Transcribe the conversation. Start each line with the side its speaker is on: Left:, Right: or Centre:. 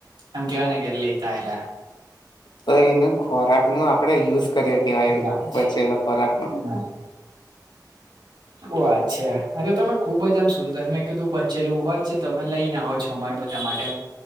Right: અમ કેવાના કે લઈતા આયીલા.
Left: તો એનું ખોરાક નું આપડે યુઝ કર્યો કેવાય
Right: <unintelligible> શું
Left: બચેલો ખોરાક નો
Right: વાત છે હવે તો તમે ખુબ જ આમ સુંદર મેં કીધું બચેલું હોય છે તમે લઈને આઓ. છમાર બધા માટે.